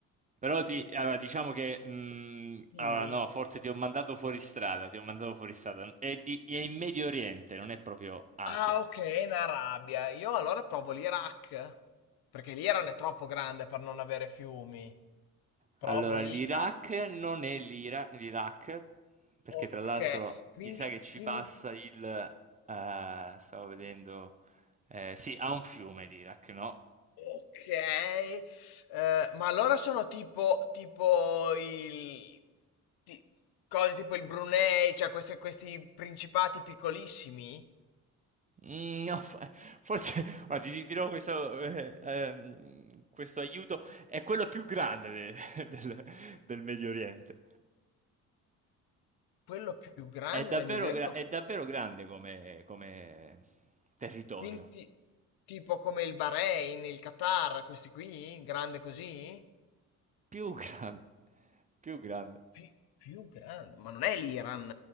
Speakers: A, on the right; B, on the left.
A: Però ti,
B: ti...
A: allora, diciamo che, mm,
B: dimmi.
A: allora no, forse ti ho mandato fuori strada, ti ho mandato fuori strada. È, di- è in Medio Oriente, non è proprio Asia.
B: Ah okay, in Arabia. Io allora provo l'Iraq, perché l'Iran è troppo grande per non avere fiumi. Provo
A: Allora,
B: l'Iran.
A: l'Iraq non è l'Ira- l'Iraq, perché
B: Okay,
A: tra l'altro
B: quindi
A: mi sa che ci
B: quindi
A: passa il... eh, stavo vedendo... eh, sì, ha un fiume l'Iraq, no?
B: okay. Ehm, ma allora sono tipo tipo il ti cose tipo il Brunei, cioè queste questi principati piccolissimi?
A: Mm, no, fa- forse... <laughs> guarda, ti ti dirò questo, eh, ehm, questo aiuto. È quello più grande de- <laughs> del, del Medio Oriente.
B: Quello più grande
A: È davvero,
B: del Medio Oriente?
A: gra- è davvero grande come come territorio.
B: Quindi ti tipo come il Bahrain, il Qatar, questi qui? Grande così?
A: Più grande, più grande.
B: più, più grande, ma non è l'Iran,